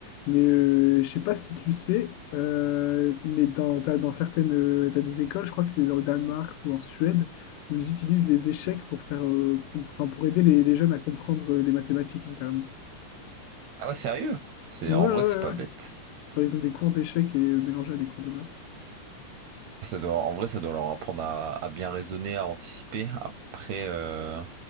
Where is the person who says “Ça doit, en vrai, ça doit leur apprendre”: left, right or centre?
Right